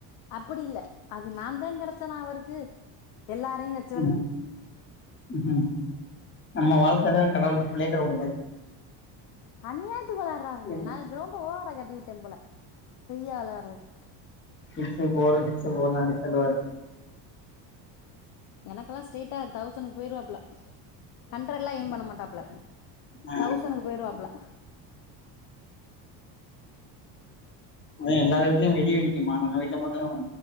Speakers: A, on the left; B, on the left.
A: அப்டி இல்ல அது நான்தா கெடைச்சனா அவுருக்கு எல்லாரையு வெச்
B: ம் ம் ம் நம்ம
A: ஆ
B: வாழ்க்கதா கடவுளுக்கு பிளே க்ரவுண்ட் மாரி
A: அநியாத்துக்கு வேள்ளா டுறாருனே
B: என்ன
A: நா கிரௌண்ட் ஓவர கட்டி விட்டே போல ஃப்ரீயா வெள்ளாடுறக்கு
B: சிக்ஸ்ஸு ஃபோரு சிக்ஸ்ஸு ஃபோரு சும்மா அடிச்சு தள்ளுவாரு
A: எனக்கெல்லா ஸ்ட்ரெயிட்டா தௌசண்டக்கு போயிருவா புள்ள ஹண்ட்ரடுல்லா ஏயிம் பண்ண மாட்டா புள்ள
B: ஆ
A: தௌசனுக்கு போயிருவப்புள்ள
B: அதே எல்லாரு வீட்டிலயு வெடி வெடிக்குமா நம்ம வீட்டில மட்டு